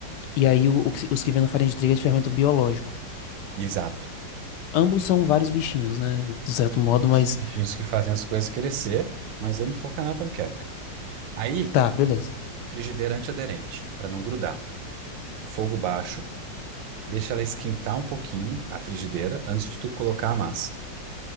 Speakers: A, on the left; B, on the right.
A: E aí o- o que- os que vêm na farinha de trigo é de fermento biológico.
B: Exato.
A: Ambos são vários bichinhos, né? De certo modo,
B: Isso.
A: mas
B: Bichinhos que fazem as coisas crescer, mas vamos focar na panqueca. Aí,
A: tá, beleza.
B: frigideira antiaderente, para não grudar. Fogo baixo. Deixa ela esquentar um pouquinho a frigideira antes de tu colocar a massa.